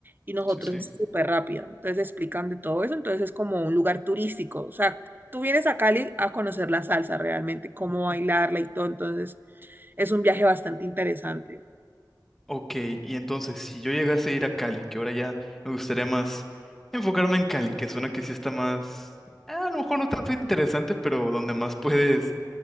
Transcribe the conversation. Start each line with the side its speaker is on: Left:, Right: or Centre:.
Right: y nosotros
Centre: sí, sí.
Right: es súper rápida. Entonces explican de todo eso. Entonces es como un lugar turístico. O sea, tú vienes a Cali a conocer la salsa realmente, cómo bailarla y todo. Entonces es un viaje bastante interesante.
Centre: Ok, y entonces, si yo llegase a ir a Cali, que ahora ya me gustaría más enfocarme en Cali, que suena que sí está más, a lo mejor no tanto interesante, pero donde más puedes